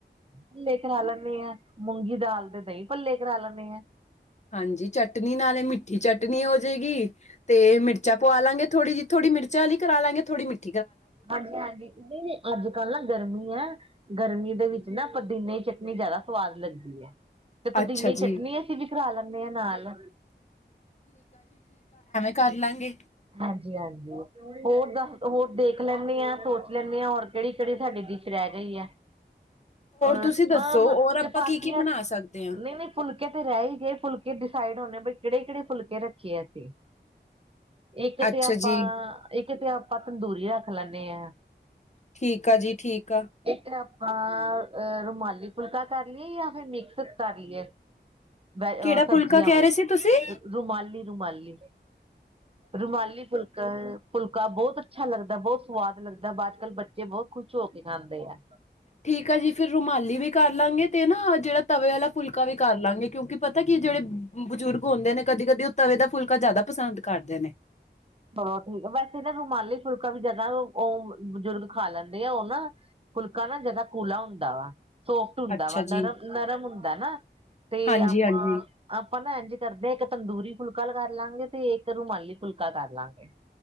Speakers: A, on the right; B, on the left.
A: ਭੱਲੇ ਕਰਾ ਲੈਂਨੇ ਆਂ, ਮੂੰਗੀ ਦਾਲ ਦੇ ਦਹੀਂ ਭੱਲੇ ਕਰਾ ਲੈਂਨੇ ਆਂ।
B: ਹਾਂਜੀ, ਚਟਨੀ ਨਾਲੇ ਮਿੱਠੀ ਚਟਨੀ ਹੋਜੇਗੀ। ਤੇ ਮਿਰਚਾਂ ਪਵਾਲਾਂਗੇ ਥੋੜੀ ਜਿ, ਥੋੜੀ ਮਿਰਚ ਵਾਲੀ ਕਰਾਲਾਂਗੇ ਥੋੜੀ ਮਿਰਚ
A: ਹਾਂਜੀ- ਹਾਂਜੀ, ਨਹੀਂ- ਨਹੀਂ ਅੱਜ ਕੱਲ੍ਹ ਨਾ ਗਰਮੀ ਐ ਗਰਮੀ ਦੇ ਵਿੱਚ ਨਾ ਪੁਦੀਨੇ ਦੀ ਚਟਨੀ ਜ਼ਿਆਦਾ ਸਵਾਦ ਲੱਗਦੀ ਐ। ਤੇ ਪੁਦੀਨੇ
B: ਅੱਛਾ
A: ਚਟਨੀ
B: ਜੀ
A: ਅਸੀਂ ਵੀ ਕਰਾ ਲੈਂਨੇ ਹਾਂ ਨਾਲ।
B: ਕਰਲਾਂਗੇ।
A: ਹਾਂਜੀ- ਹਾਂਜੀ ਹੋਰ ਦੱਸ ਹੋਰ ਦੇਖ ਲੈਂਦੇ ਹਾਂ, ਸੋਚ ਲੈਂਦੇ ਹਾਂ ਹੋਰ ਕਿਹੜੀ -ਕਿਹੜੀ ਸਾਡੇ ਦੀ ਡਿਸ਼ ਰਹਿ ਇਹੀ ਹੈ, ਹੋਰ
B: ਤੁਸੀਂ ਦੱਸੋ
A: ਹਾਂ- ਹਾਂ
B: ਹੋਰ ਆਪਾਂ
A: ਚਪਾਤੀਆਂ
B: ਕੀ ਕੀ ਬਣਾ ਸਕਦੇ ਹਾਂ।
A: ਨਹੀਂ -ਨਹੀਂ ਫੁਲਕੇ ਤੇ ਰਹਿ ਹੀ ਗਏ ਫੁਲਕੇ ਡਿਸਾਈਡ ਹੋਣੇ ਬ ਕਿਹੜੇ- ਕਿਹੜੇ ਫੁਲਕੇ ਰੱਖੇ ਆ ਅਸੀਂ ਇੱਕ
B: ਅੱਛਾ
A: ਤੇ ਆਪਾਂ
B: ਜੀ
A: ਇੱਕ ਕਿਤੇ ਆਪਾਂ ਤੰਦੂਰੀ ਰੱਖ ਲੈਂਨੇ ਆਂ।
B: ਠੀਕ ਆ ਜੀ ਠੀਕ। ਆ।
A: ਇੱਕ ਅ ਰੁਮਾਲੀ ਫੁਲਕਾ ਕਰ ਲਈਏ, ਜਾਂ ਫਿਰ ਮਿਕਸ ਕਰ ਲਈਏ। ਵ
B: ਕਿਹੜਾ
A: ਸਬਜ਼ੀਆਂ
B: ਫੁਲਕਾ ਕਹਿ
A: ਵੱਲ
B: ਰਹੇ ਸੀ ਤੁਸੀਂ?
A: ਰੁਮਾਲੀ ਰੁਮਾਲੀ ਰੁਮਾਲੀ ਫੁਲਕਾ ਫੁਲ ਸੁਕਾ ਬਹੁਤ ਅੱਛਾ ਲੱਗਦਾ ਬਹੁਤ ਸਵਾਦ ਲੱਗਦਾ, ਅੱਜ -ਕੱਲ੍ਹ ਬੱਚੇ ਬਹੁਤ ਖੁਸ਼ ਹੋ ਕੇ ਖਾਂਦੇ ਆ।
B: ਠੀਕ ਆ ਜੀ, ਫਿਰ ਰੁਮਾਲੀ ਵੀ ਕਰਲਾਂਗੇ ਤੇ ਨਾ ਜਿਹੜਾ ਤਵੇ ਵਾਲਾ ਫੁਲਕਾ ਵੀ ਕਰਲਾਂਗੇ ਕਿਉਂਕਿ ਪਤਾ ਕੀ ਉਹ ਜਿਹੜੇ ਬਜ਼ੁਰਗ ਹੁੰਦੇ ਨੇ, ਕਦੀ- ਕਦੀ ਉਹ ਤਵੇ ਦਾ ਫੁਲਕਾ ਜ਼ਿਆਦਾ ਪਸੰਦ ਕਰਦੇ ਨੇ।
A: ਚਲੋ ਠੀਕ ਹੈ। ਵੈਸੇ ਨਾ ਰੁਮਾਲੀ ਫੁਲਕਾ ਵੀ ਜਿਆਦਾ ਉਹ ਬਜ਼ੁਰਗ ਖਾ ਲੈਂਦੇ, ਆ ਉਹ ਨਾ ਫੁਲਕਾ ਨਾ ਜਿਆਦਾ ਕੂਲਾ ਹੁੰਦਾ ਵਾ। ਸੋਫਟ ਹੁੰਦਾ
B: ਅੱਛਾ
A: ਵਾ ਨਰਮ-
B: ਜੀ।
A: ਨਰਮ ਹੁੰਦਾ ਨਾ। ਤੇ
B: ਹਾਂਜੀ
A: ਆਪਾਂ-ਆਪਾਂ
B: ਹਾਂਜੀ
A: ਨਾ ਇੰਝ ਕਰਦੇ ਹਾਂ ਇੱਕ ਤੰਦੂਰੀ ਫੁਲਕਾ ਲ ਕਰਲਾਂਗੇ ਤੇ ਇੱਕ ਰੁਮਾਲੀ ਫੁਲਕਾ ਕਰ ਲਾਂਗੇ।